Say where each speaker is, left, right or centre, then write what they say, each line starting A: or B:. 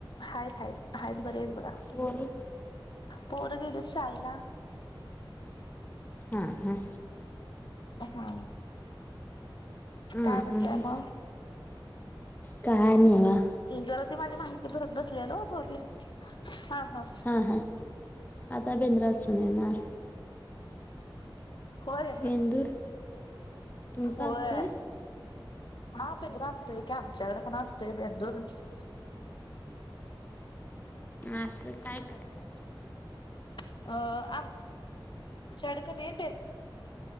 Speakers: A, on the left; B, on the left.
A: हायेत हायेत हायेत बरी आहेत बघा.
B: पोरी
A: पोर गेलीत शाळेला.
B: हा हा.
A: हा
B: ह
A: काय म्हणताय
B: ह
A: मग.
B: काय नाही आ.
A: जरा ती माझी माहिती भरत बसलेलो थोडी हा हा.
B: हा हा आता बेंदरा <inaudible> सण येणार.
A: हो येत
B: बेंदूर तुमचा
A: होय‌.
B: असतोय
A: हा बिजरा असतय आमच्याकड पण असतोय. <inaudible>
B: असं काय करता. <inaudible>
A: अ -आमच्या कड क नई